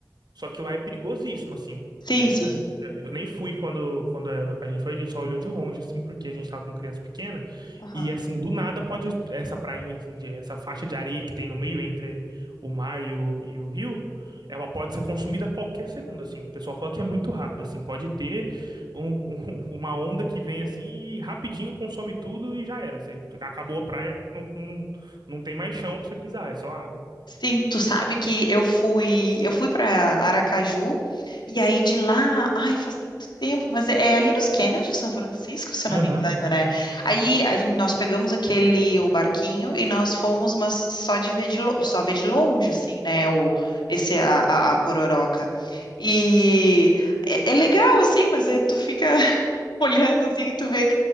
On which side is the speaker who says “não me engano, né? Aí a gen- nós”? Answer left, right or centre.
Left